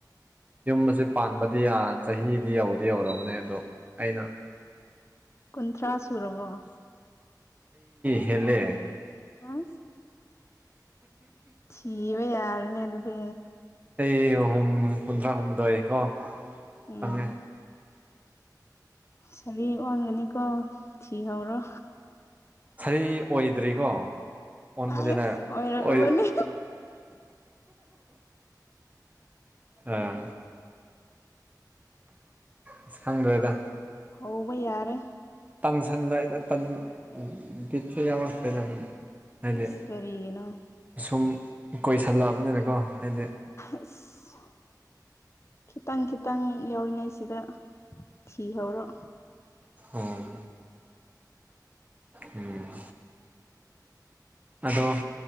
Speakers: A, on the right; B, on the left.
A: ꯌꯨꯝꯁꯦ ꯄꯥꯟꯕꯗꯤ ꯆꯍꯤꯗꯤ ꯌꯧꯗꯤ ꯌꯧꯔꯕꯅꯦ ꯑꯗꯣ ꯑꯩꯅ
B: ꯀꯨꯟꯊ꯭ꯔꯥ ꯁꯨꯔꯕꯣ
A: ꯍꯦꯂꯦ
B: ꯑ ꯁꯤꯕ ꯌꯥꯔꯅꯦ ꯑꯗꯨꯗꯤ
A: ꯑꯩ ꯑꯍꯨꯝ ꯀꯨꯟꯊ꯭ꯔꯥ ꯍꯨꯝꯗꯣꯏ ꯀꯣ
B: ꯎꯝ
A: ꯆꯪꯉꯦ
B: ꯁꯥꯔꯤ ꯑꯣꯟꯒꯅꯤꯀꯣ ꯊꯤꯍꯧꯔꯣ
A: ꯁꯤ ꯑꯣꯏꯗ꯭ꯔꯤꯀꯣ ꯑꯣꯟꯕꯗꯤ
B: ꯑꯁ
A: ꯇꯔꯦ
B: ꯑꯣꯏꯔꯛꯂꯕꯅꯤ
A: ꯑꯣꯏ ꯑꯥ ꯑꯁ ꯈꯪꯗ꯭ꯔꯦꯗ
B: ꯍ ꯌꯥꯔꯦ
A: ꯇꯥꯡꯁꯟꯗ ꯑꯩꯅ ꯇꯟ ꯊꯔꯤ ꯌꯥꯎꯔꯛꯇꯅ ꯑꯗꯨꯝ ꯍꯥꯏꯗꯤ
B: ꯏꯁꯀꯔꯤꯅ
A: ꯁꯨꯝ ꯀꯣꯏꯁꯜꯂꯛꯑꯕꯅꯤꯅꯀꯣ ꯍꯥꯏꯗꯤ
B: ꯑꯁ ꯈꯤꯇꯪ ꯈꯤꯇꯪ ꯌꯥꯎꯔꯤꯉꯩ ꯁꯤꯗ ꯊꯤ ꯍꯔꯣ
A: ꯎꯝ ꯎꯝ ꯑꯗꯣ